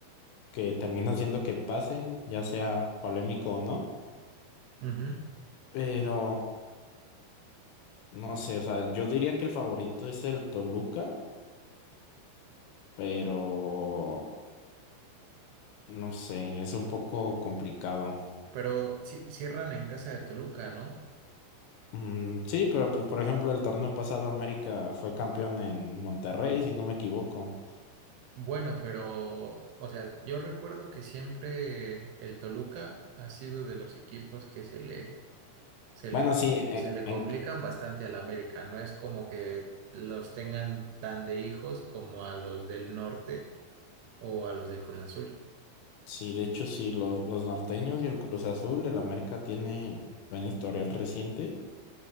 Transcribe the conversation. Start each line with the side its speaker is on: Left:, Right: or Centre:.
Left: que termina haciendo que pasen, ya sea polémico o no.
Right: Ujú.
Left: Pero no sé, o sea, yo diría que el favorito es el Toluca, pero no sé, es un poco complicado.
Right: Pero ci- cierran en casa de Toluca, ¿no?
Left: Mm, sí, pero pues por ejemplo el torneo pasado América fue campeón en Monterrey, si no me equivoco.
Right: Bueno, pero, o sea, yo recuerdo que siempre el Toluca ha sido de los equipos que se le, se
Left: Bueno,
Right: le,
Left: sí, e-
Right: se le complican
Left: en,
Right: bastante al América. No es como que los tengan tan de hijos como a los del norte o a los del Cruz Azul.
Left: sí, de hecho sí, los, los norteños y el Cruz Azul, el América tiene buen historial reciente.